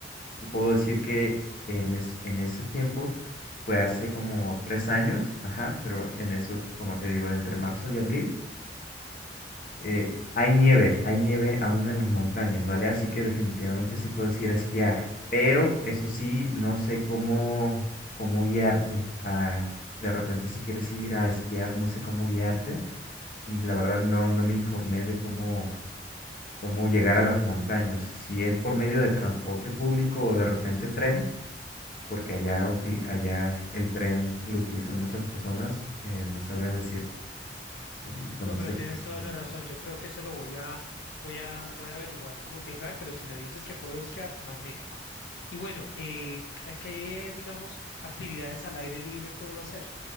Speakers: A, on the left; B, on the left.
A: Te Puedo decir que en, es- en esos tiempos fue hace como tres años, ajá, pero en eso, como te digo, entre marzo y abril, eh, hay nieve, hay nieve aún en las montañas, ¿vale? Así que definitivamente sí puedes ir a esquiar, pero eso sí, no sé cómo, cómo guiarte. ah, de repente, si quieres ir a esquiar, no sé cómo guiarte. Mm, La verdad, no, no me informé de cómo, cómo llegar a las montañas, si es por medio de transporte público o de repente tren porque allá, util- allá el tren lo utilizan muchas personas, eh, no sabría decir en- con
B: No,
A: ese,
B: pero tienes toda
A: con ese
B: la razón.
A: caso.
B: Yo creo que eso lo voy a, voy a, voy a averiguar cómo llegar, pero si me dices que puedo esquiar, magnífico. Y bueno, eh, ¿a ¿qué, digamos, actividades al aire libre puedo hacer?